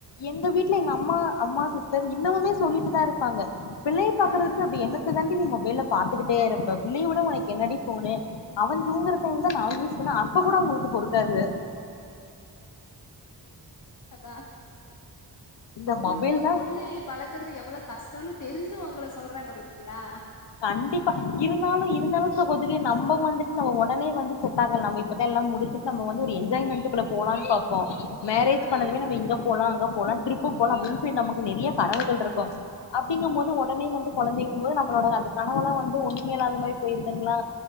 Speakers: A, on the left; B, on the left.
A: எங்க வீட்ல எங்க அம்மா அம்மா சிஸ் டர் இன்னமுமே சொல்லிட்டு தா இருப்பாங்க பிள்ளைய பாக்கர்துந்து
B: ஆ
A: அப்டி என்னத்த தான் டி நீ மொபைல்ல பாத்துக்கிட்டே இருப்ப பிள்ளைய உட ஒனக்கு என்னடி ஃபோனு அவன் தூங்குற டைம்லதா நா யூஸ் பண்ண அப்பக் கூட உங்களுக்கு பொறுக்காது
B: அதா
A: இந்த
B: அவுங்களுக்கு
A: மொபைல்
B: ஒரு
A: தா
B: கொள்ளையை வளக் கறது எவ்வளோ கஷ்டன்னு தெரிஞ்சு ஒங்கள சொல்றாங்க பத்தீங்களா
A: கண்டிப்பா இருந்தாலு இருந்தாலு சகோதரி நம்ப வந்துட்டு நம்ப ஒடனே வந்து செட் ஆகல் நம்ப இப்பதா எல்லாம் முடிச்சிட்டு நம்ப வந்து ஒரு என்ஜாய்மெண்ட்டுக்குள்ள போலான் பாப்போ மேரேஜ்
B: ஆ
A: பண்ணதுமே நம்ப இங்க போலாம் அங்கப் போலா ட்ரிப்பு போலா அப்டினுட்டு நமக்கு நெறைய கனவுகள் இருக்கும் அப்படிங்கும் போது ஒடனே வந்து கொழந்தைன்னும் போது நம்பளோட அந்த கணவெல்லா வந்து ஒன்னுமே இல்லாத மாரி போயிருதுங்களா